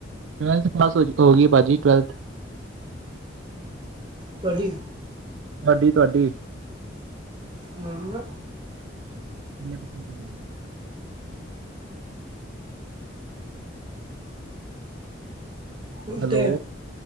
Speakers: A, on the right; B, on the right.
A: ਟਵੈਲਥ ਪਾਸ ਹੋ ਗਈ ਭਾਜੀ ਟਵੈਲਥ।
B: ਤੁਹਾਡੀ,
A: ਤੁਹਾਡੀ-ਤੁਹਾਡੀ,
B: ਨਾ,
A: <inaudible>
B: ਹੁਣ
A: ਹੈਲੋ
B: ਤਾਂ